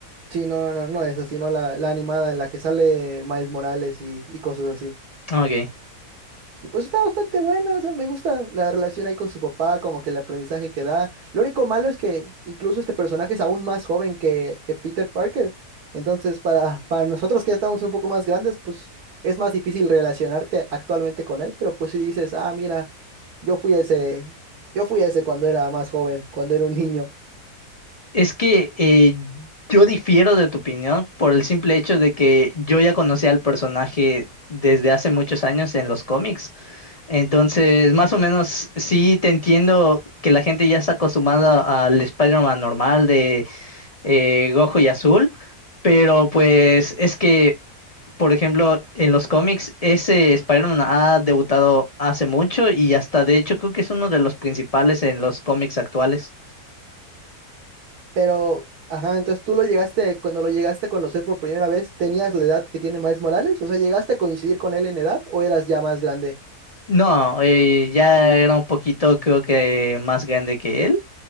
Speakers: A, on the right; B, on the left.
A: Sí, no, no, no, no esa, sino la, la animada en la que sale Miles Morales y, y cosas así.
B: Ah, Ok.
A: Y pues está bastante buena, o sea, me gusta la relación ahí con su papá, como que el aprendizaje que da. Lo único malo es que incluso este personaje es aún más joven que, que Peter Parker. Entonces, para, para nosotros que ya estamos un poco más grandes, pues es más difícil relacionarte actualmente con él, pero pues si dices, ah, mira, yo fui ese, yo fui ese cuando era más joven, cuando era un niño.
B: Es que eh, yo difiero de tu opinión por el simple hecho de que yo ya conocía al personaje desde hace muchos años en los cómics. Entonces, más o menos, sí te entiendo que la gente ya está acostumbrada al Spider-Man normal de eh, Gojo y Azul, pero pues es que, por ejemplo, en los cómics ese Spider-Man ha debutado hace mucho y hasta de hecho creo que es uno de los principales en los cómics actuales.
A: Pero, ajá, entonces tú lo llegaste, cuando lo llegaste a conocer por primera vez, ¿tenías la edad que tiene Miles Morales? O sea, ¿llegaste a coincidir con él en edad o eras ya más grande?
B: No, eh, ya era un poquito creo que más grande que él,